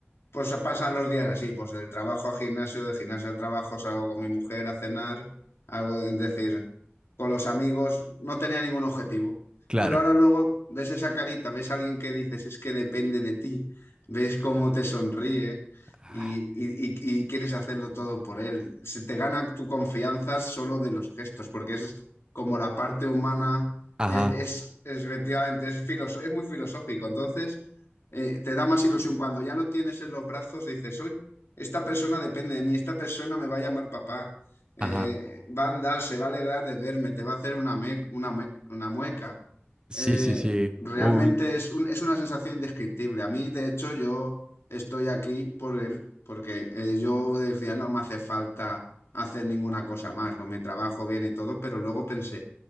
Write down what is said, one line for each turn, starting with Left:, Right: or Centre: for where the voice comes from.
Left: pues pasan los días así, pues del trabajo al gimnasio, del gimnasio al trabajo, salgo con mi mujer a cenar, algo, es decir, con los amigos, no tenía ningún objetivo.
Right: Claro.
Left: Pero ahora luego ves esa carita, ves a alguien que dices, es que depende de ti, ves cómo te sonríe
Right: ah,
Left: y, y- y- y quieres hacerlo todo por él. Se te gana tu confianza solo de los gestos, porque es como la parte humana,
Right: Ajá.
Left: e- es, es, efectivamente, es, filoso- es muy filosófico. Entonces eh, te da más ilusión. Cuando ya lo tienes en los brazos, dices, hoy, esta persona depende de mí, esta persona me va a llamar papá, eh,
Right: Ajá.
Left: va a andar, se va a alegrar de verme, te va a hacer una, me- una, mue- una mueca.
Right: Sí,
Left: Eh,
Right: sí, sí.
Left: realmente
Right: Un
Left: es, un- es una sensación indescriptible. A mí, de hecho, yo estoy aquí por él, porque eh, yo decía, no me hace falta hacer ninguna cosa más, con mi trabajo bien y todo, pero luego pensé,